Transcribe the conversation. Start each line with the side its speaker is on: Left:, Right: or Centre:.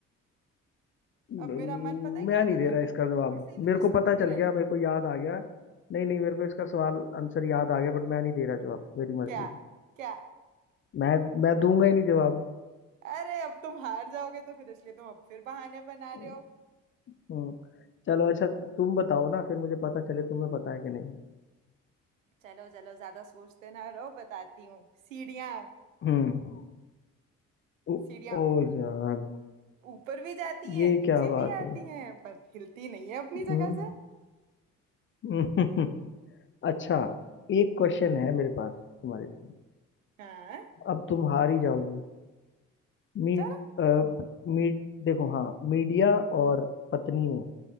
Left: न-
Right: अब मेरा मन पता है क्या
Left: मैं नहीं
Right: कर
Left: दे
Right: रहा
Left: रहा
Right: है मैं
Left: इसका जवाब
Right: ऐसे ही तुम्हें
Left: मेरे
Right: सोचते
Left: को पता चल
Right: रहने
Left: गया मेरे
Right: दूं
Left: को याद आ गया नहीं नहीं मेरे को इसका सवाल आंसर याद आ गया बट मैं नहीं दे रहा जवाब मेरी मर्जी
Right: क्या क्या
Left: मैं मैं दूंगा ही नहीं जवाब
Right: अरे अब तुम हार जाओगे तो फिर इसलिए तुम अब फिर बहाने बना रहे
Left: <laughs>
Right: हो
Left: हम्म चलो अच्छा तुम बताओ ना फिर मुझे पता चले तुम्हें पता है कि नहीं
Right: चलो चलो ज्यादा सोचते ना रहो बताती हूँ सीढ़ियाँ
Left: हम्म ओ,
Right: सीढ़ियाँ
Left: ओ यार
Right: ऊपर भी जाती हैं
Left: ये
Right: नीचे
Left: क्या बात
Right: भी आती
Left: है
Right: हैं पर हिलती नहीं है अपनी जगह
Left: हम्म
Right: से
Left: <laughs> अच्छा एक क्वेश्चन है मेरे पास तुम्हारे लिए
Right: हाँ
Left: अब तुम हार ही जाओगे मीट
Right: चलो
Left: मीट देखो हाँ मीडिया और पत्नी में